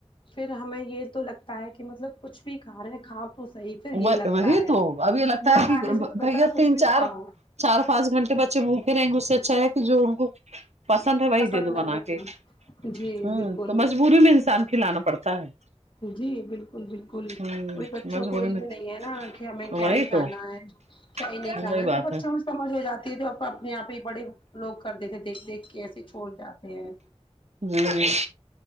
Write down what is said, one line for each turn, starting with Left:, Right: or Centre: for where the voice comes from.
Left: پھر ہمیں یہ تو لگتا ہے کہ مطلب کچھ بھی کھا رہے کھا تو صحیح پھر یہ
Right: وہی
Left: لگتا ہے
Right: تو اب یہ لگتا
Left: نہ
Right: ہے
Left: کھانے
Right: کہ
Left: سے تو بہتر
Right: بھیا
Left: ہے
Right: تین
Left: کچھ بھی
Right: چار
Left: تو کہو
Right: چار پانچ گھنٹے بچے بھوکے رہیں گے اس سے اچھا ہے کہ جو ان کو پسند ہے وہی
Left: پسند
Right: دے دو
Left: ہے
Right: بنا
Left: وہی
Right: کے
Left: جی
Right: ہوں
Left: بالکل
Right: تو مجبوری میں انسان کھلانا پڑ تا ہے
Left: جی بالکل بالکل
Right: ہوں
Left: وہی بچوں
Right: مجبوری
Left: کو علم
Right: میں
Left: نہیں ہے نا کہ ہمیں
Right: وہی
Left: کیا ہی کھانا
Right: تو
Left: ہے کیا ہی
Right: وہی
Left: نہیں کھانا
Right: بات
Left: ہے جب بچھوں میں سمجھ ہو جاتا یہ جو اپنے آپ ہی بڑے لوگ کرتے تھے دیکھ دیکھ کے ایسے چھوڑ جاتے ہیں
Right: ہمم